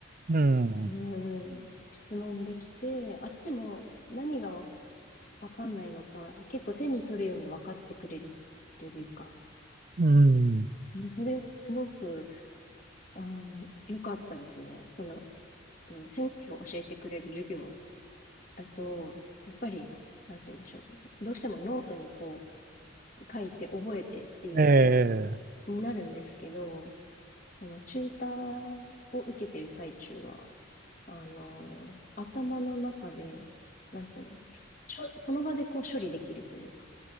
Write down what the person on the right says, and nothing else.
うん、
うん、
ええ、